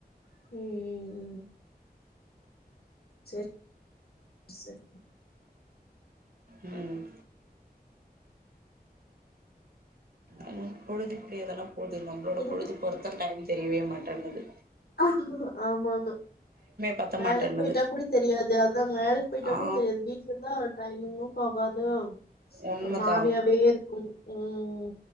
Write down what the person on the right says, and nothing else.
ம் அவ பொழுது இப்டியே தானே போது நம்ப்ளோட
பொழுது போறத்தா டைம் தெரியவே மாட்டங்குது
பத்த
மாட்டேன்னுது
ஆ
உண்மதா